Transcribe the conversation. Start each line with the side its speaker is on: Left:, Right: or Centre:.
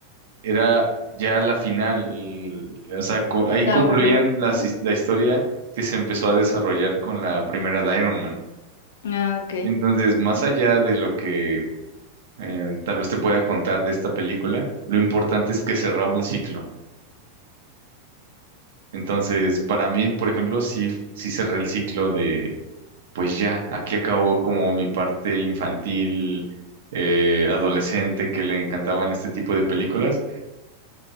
Right: era ya la final. el- O sea, co- ahí
Left: No,
Right: concluían
Left: lo-
Right: las
Left: ajá.
Right: his- la historia que se empezó a desarrollar con la primera de Iron Man.
Left: Ah, ok.
Right: Entonces, más allá de lo que eh, tal vez te pueda contar de esta película, lo importante es que cerraba un ciclo. Entonces, para mí, por ejemplo, sí, sí cerré el ciclo de, pues ya, aquí acabó como mi parte infantil, eh, adolescente, que le encantaban este tipo de películas